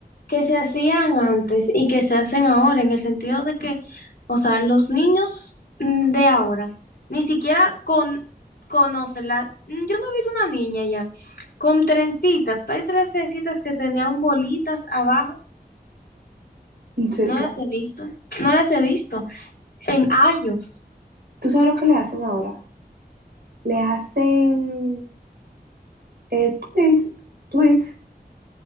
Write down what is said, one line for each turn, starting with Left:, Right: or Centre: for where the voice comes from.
Left: que se hacían antes y que se hacen ahora, en el sentido de que, o sea, los niños de ahora ni siquiera con, conocen la, yo no he visto una niña ya, con trencitas, hay tres trencitas que tenían bolitas abajo,
Right: Sí,
Left: no
Right: claro.
Left: las he visto, no las he visto en años,
Right: ¿Tú sabes lo que le hacen ahora? Le hacen eh, tweets, tweets,